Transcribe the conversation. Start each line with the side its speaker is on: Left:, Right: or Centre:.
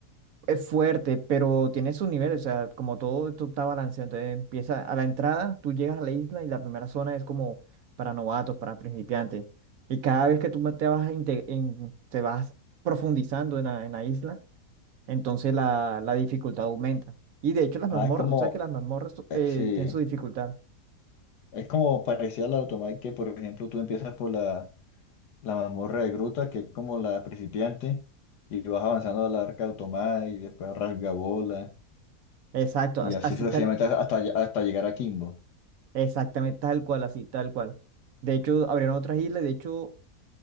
Right: Es fuerte, pero tiene sus niveles, o sea, como todo esto está balanceado. Entonces empieza a la entrada, tú llegas a la isla y la primera zona es como para novatos, para principiantes. Y cada vez que tú te vas, a inte- en- te vas profundizando en la en la isla, Entonces la, la dificultad aumenta. Y de hecho las mazmorras,
Left: Ah, es como,
Right: tú sabes que las mazmorras
Left: eh,
Right: eh,
Left: sí,
Right: tienen su dificultad.
Left: es como parecía la automata que, por ejemplo, tú empiezas por la, la mazmorra de Gruta, que es como la principiante, y vas avanzando a la arca de Automai, y después a Rasgabola,
Right: Exacto,
Left: y
Right: as-
Left: así
Right: así
Left: sucesivamente
Right: tal,
Left: hasta, ll- hasta llegar a Kimbo.
Right: exactamente tal cual, así tal cual. De hecho, abrieron otras islas, de hecho,